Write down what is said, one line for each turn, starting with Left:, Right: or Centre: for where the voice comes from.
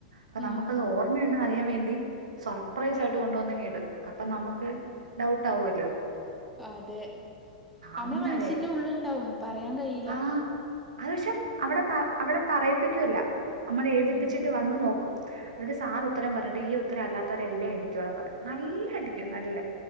Right: അപ്പ
Centre: ഉം
Right: നമുക്കത് ഓർമ്മയുണ്ടെന്ന് അറിയാൻ വേണ്ടി സർപ്രൈസ് ആയിട്ട് കൊണ്ട് വന്നിങ്ങ് ഇടും അപ്പൊ നമുക്ക് ഡൗട്ടാവൂല്ലോ
Centre: അതെ നമ്മളെ
Right: അന്നേരെ
Centre: മനസ്സിന്റെ ഉള്ളിലുണ്ടാവും പറയാൻ കഴിയില്ല
Right: ആ അത് പക്ഷെ അവിടെ അവിടെ പറയിപ്പിക്കുവല്ല നമ്മള് എഴുതിപ്പിച്ചിട്ട്
Centre: ഉം
Right: വന്ന് നോക്കും. അന്നിട്ട് സാറ് ഉത്തരം പറഞ്ഞിട്ട് ഈ ഉത്തരം അല്ലാത്തോരെല്ലാം എണീറ്റോളാൻ പറയും നല്ല അടിക്കും നല്ലേ